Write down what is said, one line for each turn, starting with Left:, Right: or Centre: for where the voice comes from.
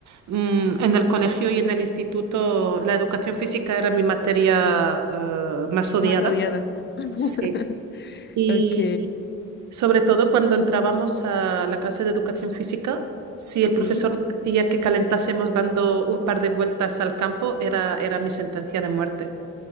Right: mm, en el colegio y en el instituto la educación física era mi materia eh, más odiada.
Left: Más odiada. <laughs>
Right: Sí. Y
Left: Ok,
Right: sobre todo cuando entrábamos a la clase de educación física, si el profesor
Left: sí.
Right: nos decía que calentásemos dando un par de vueltas al campo, era, era mi sentencia de muerte.